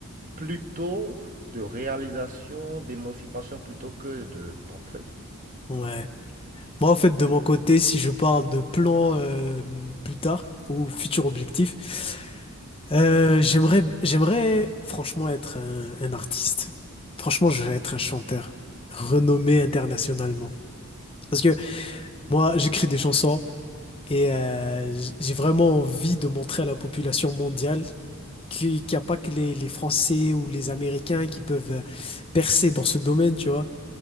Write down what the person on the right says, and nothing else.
plutôt de réalisation, d'émancipation plutôt que de portefeuille.
Ouais,
oui,
oui,